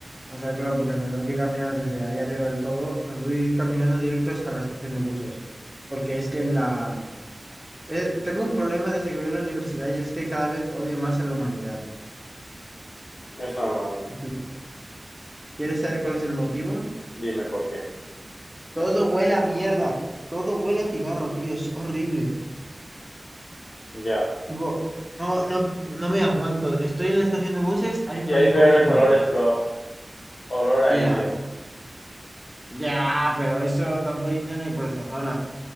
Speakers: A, in the centre; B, on the left.
A: o sea, claro, porque me tengo que caminar desde ahí arriba del todo, me voy caminando directo hasta la estación de buses. Porque es que la... eh, tengo un problema desde que voy a la universidad y es que cada vez odio más a la humanidad.
B: es normal.
A: ¿Y tú? ¿Quieres saber cuál es el motivo?
B: Dime por qué.
A: Todo huele a mierda. Todo huele a cigarro, tío. Es horrible.
B: Ya.
A: Tipo, no, no, no me aguanto. Estoy en la estación de buses, hay un
B: Y hay
A: maricón
B: peores
A: fumando.
B: olores, bro. Olor a
A: Ya,
B: indio.
A: ya, pero eso tanto indio no hay por esta zona.